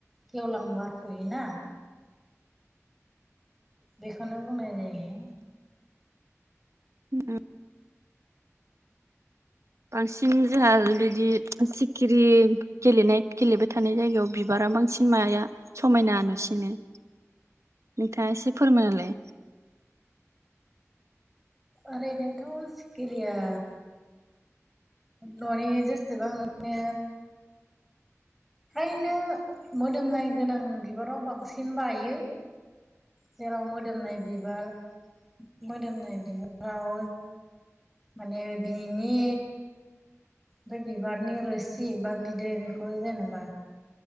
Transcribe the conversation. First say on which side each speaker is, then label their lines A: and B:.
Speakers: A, in the centre; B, on the right.
A: गेवलां बारफुयोना बेखौनो बुंनाय जायो।
B: अम बांसिन जोंहा बिदि सिखिरि गेलेनाय गेलेबाय थानाय जायगायाव बिबारा बांसिन माया समायना नुसिनो। नोंथांङा एसे फोरमायना होलाय
A: ओरैनोथ' सिखिरिया न'नि जेसेबां नो फ्रायनो मोदोमनाय गोनां बिबाराव बांसिन बायो। जेराव मोदोमनाय बिबार मोदोमनाय बिबाराव माने बिनि बे बिबारनि रोसि बा बिदै बेखौ जेनेबा